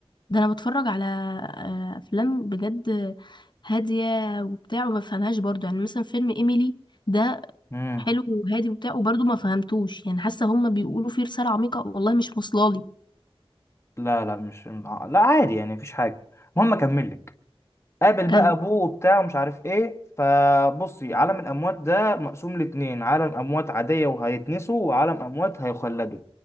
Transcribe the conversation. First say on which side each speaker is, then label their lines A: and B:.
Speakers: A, on the left; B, on the left.
A: ده انا بتفرج على آه، افلام بجد هاديه وبتاع وما بفهمهاش برضو يعني مثلا فيلم ايميلي ده
B: امم
A: حلو وهادي وبتاع وبرضو ما فهمتوش يعني حاسه هما بيقولوا فيه رساله عميقه والله مش واصلالي
B: لا لا مش لا عادي يعني مفيش حاجه المهم اكمل لك قابل
A: كم
B: بقى ابوه وبتاع ومش عارف ايه فبصي عالم الاموات ده مقسوم لاتنين عالم اموات عاديه وهيتنسوا وعالم اموات هيخلدوا